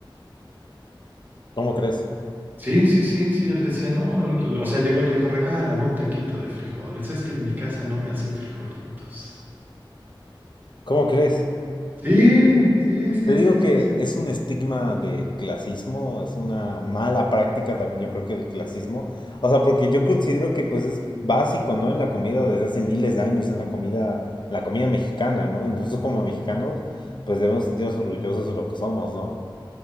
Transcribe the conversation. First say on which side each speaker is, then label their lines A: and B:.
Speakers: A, on the left; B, on the right.
A: ¿Cómo crees?
B: Sí, sí, sí, sí, él decía, no, re- o sea, llegó y le dijo, regálame un taquito de frijoles, es que en mi casa no me hacen frijolitos.
A: ¿Cómo crees?
B: Sí, sí, sí,
A: Te digo
B: sí,
A: que
B: sí, sí.
A: es un estigma de clasismo, es una mala práctica también, yo creo que el clasismo. O sea, porque yo considero que pues es básico, ¿no? En la comida desde hace miles de años, en la comida, en la comida mexicana, ¿no? Y nosotros como mexicanos, pues debemos sentirnos orgullosos de lo que somos, ¿no?